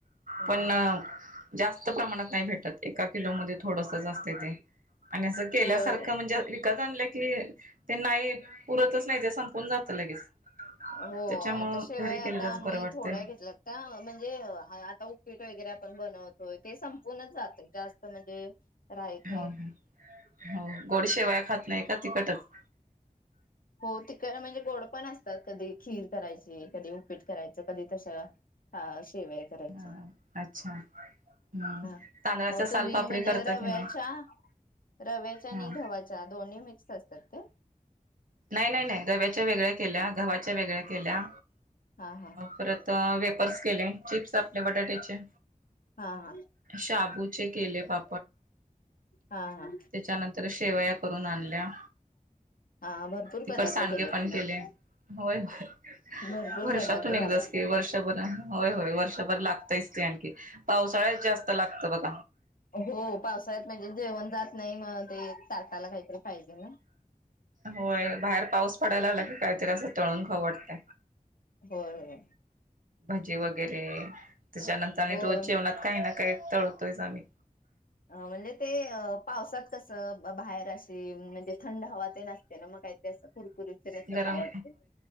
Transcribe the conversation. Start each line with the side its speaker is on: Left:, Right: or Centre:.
Left: हम्म
Right: पण जास्त प्रमाणात नाही भेटत एका किलो मध्ये थोडस जा असत ते आणि असं केल्यासारखं
Left: होय होय
Right: म्हणजे विकत आणलं क ते नाही पुरतच नाही ते संपून जात लगेच
Left: हो
Right: त्याच्यामुळं
Left: आताशिवाय
Right: घरी केलेलंच
Left: आता आम्ही
Right: बरं वाटतंय.
Left: थोड्या घेतला त्या म्ह म्हणजे आता उपेट वगैरे आपण बनवतोय ते संपूर्णच जात जास्त म्हणजे राहत
Right: हो
Left: नाही
Right: हो गोड शेवाया खात नाही का तिकटच
Left: हो तिकडे म्हणजे गोड पण असतात कधी खीर करायची कधी उपीट करायची कधी तश ह शेवाय करायच्या
Right: हा अच्छा हम्म
Left: ह
Right: तांदळाच्या
Left: मोतुंबी
Right: सालपापडी
Left: म्हणजे
Right: करता
Left: रव्याच्या
Right: की नाही?
Left: रव्याच्या आणि
Right: हा
Left: गव्हाच्या दोन्ही मिक्स असतात ते
Right: नाही नाही नाही दव्याच्या वेगळ्या केल्या गवा्हाच्या वेगळ्या केल्या
Left: हा हा
Right: परत के चिप्स आपले बटाट्याचे
Left: हा हा
Right: शाबूचे केले बा
Left: हा हा
Right: त्याच्यानंतर शेवया करून आणल्या
Left: हा भरपूर
Right: तिकड
Left: पदार्थ
Right: सांडगे
Left: केलेत
Right: पण
Left: कि
Right: केले
Left: मग
Right: होय होय
Left: भरपूर
Right: वर्षातून
Left: पदार्थ झालेत
Right: एकदाच क वर्षभर होय होय वर्षभर लागतच ते आणखी पावसाळ्यात जास्त लागतं बघ
Left: हो पावसाळ्यात म्हणजे जेवण जात नाही मग ते तचाकायला काहीतरी पाहिजे ना
Right: होय बाहेर पाऊस पडायला लाला की काहीतरी असं तळून खवडत
Left: होय होय
Right: भजी वगैरे त्याच्यानंतर आणि
Left: होय
Right: रोज जेवणात काही ना काही तळतोयच आम्ही
Left: अ म्हणजे ते अ पावसात कस बाहेर अे म्हणजे थंड हवा ते नसते ना मग काही ते असं कुरकुरी
Right: गरम
Left: आवडते